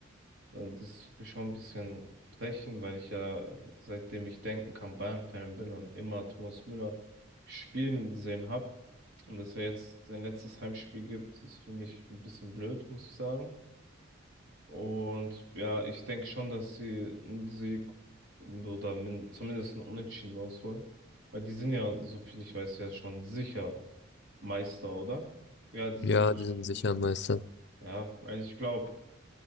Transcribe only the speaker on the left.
Ja,
Mhm. die sind sicher
Meister.